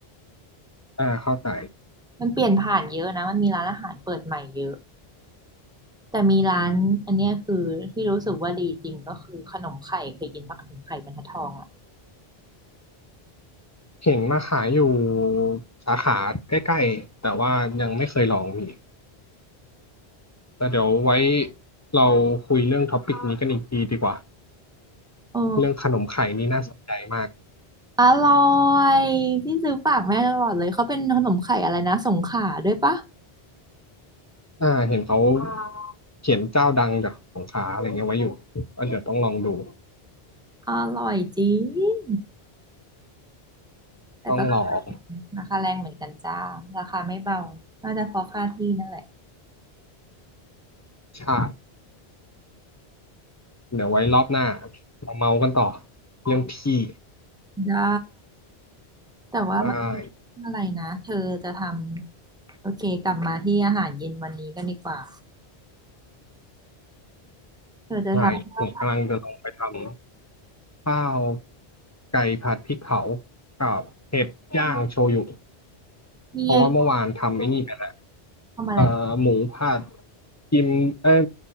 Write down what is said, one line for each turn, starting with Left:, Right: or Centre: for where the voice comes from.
Left: อ่าเข้าใจ
Centre: มันเปลี่ยนผ่านเยอะนะมันมีร้านอาหารเปิดใหม่เยอะ แต่มีร้านอันเนี้ยคือที่รู้สึกว่าดีจริงก็คือขนมไข่เคยกินปะขนมไข่บรรทัดทองอ่ะ
Left: เห็นมาขายอยู่สาขาใกล้ๆ แต่ว่ายังไม่เคยลองพี่แต่เดี๋ยวไว้เราคุยเรื่องท็อปิกนี้กันอีกทีดีกว่า
Centre: เออ
Left: เรื่องขนมไข่นี่น่าสนใจมาก
Centre: อร่อยพี่ซื้อฝากแม่ตลอดเลยเขาเป็นขนมไข่อะไรนะสงขลาด้วยปะ
Left: อ่าเห็นเขาเขียนเจ้าดังจากสงขลาอะไรเงี้ยไว้อยู่ก็เดี๋ยวต้องลองดู
Centre: อร่อยจริงแต่ก็
Left: ต้องลอง
Centre: ราคาแรงเหมือนกันจ้าราคาไม่เบาน่าจะเพราะค่าที่นั่นแหละ
Left: ใช่เดี๋ยวไว้รอบหน้ามาเมากันต่อเรื่องที่
Centre: ได้แต่ว่าเมื่อกี้อะไรนะเธอจะท
Left: ได้
Centre: ำโอเคกลับมาที่อาหารเย็นวันนี้กันดีกว่าเธอจะทำข้าวผัด
Left: ได้ผมกำลังจะลองไปทำข้าวไก่ผัดพริกเผากับเห็ดย่างโชยุ
Centre: นี่ไง
Left: เพราะว่าเมื่อวานทำไอ้นี่ไปแล้ว
Centre: ทำอะไร
Left: เอ่อหมูผัดกิมเอ้ย